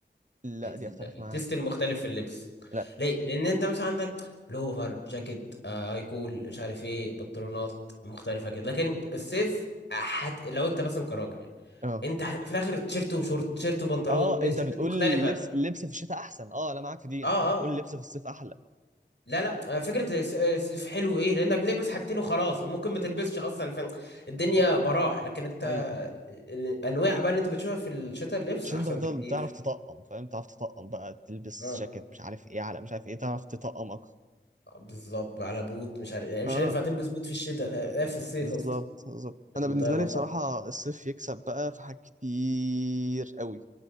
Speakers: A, on the right; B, on the left.
A: لا
B: ال-
A: دي اختلف
B: التيست
A: معاك
B: المختلف في اللبس
A: لا
B: ليه؟ لأن أنت مثلا عندك بلوفر جاكيت آه، هاي كول مش عارف إيه بنطلونات مختلفة كده لكن الصيف حت... لو أنت مثلا كراجل يعني
A: اه
B: أنت هت- في الآخر تيشيرت وشورت تيشيرت وبنطلون
A: اه
B: التيشيرتات
A: انت بتقول
B: مختلفة
A: لبس اللبس في الشتاء احسن اه انا معاك في دي
B: اه
A: انا
B: اه
A: فكرتك بتقول
B: آه.
A: اللبس في الصيف احلى
B: لا لا آه، فكرة الس- الصيف حلو ايه لانك بتلبس حاجتين وخلاص وممكن ما تلبسش اصلا فالدنيا براح لكن انت
A: ايوه
B: الانواع بقى اللي انت بتشوفها في الشتاء اللبس
A: مش
B: احسن
A: انت تفضل
B: بكتير
A: تعرف تطقم فاهم تعرف تطقم بقى تلبس
B: اه
A: جاكيت مش عارف ايه على مش عارف ايه تعرف تطقم اكتر
B: بالظبط على بوت مش عارف يعني مش
A: اه
B: هينفع تلبس بوت في الشتاء آه، آه، في الصيف
A: بالظبط
B: قصدي
A: بالظبط
B: الموضوع
A: انا بالنسبه
B: يبقى
A: لي بصراحه
B: صعب
A: الصيف يكسب بقى في حاجات كتير قوي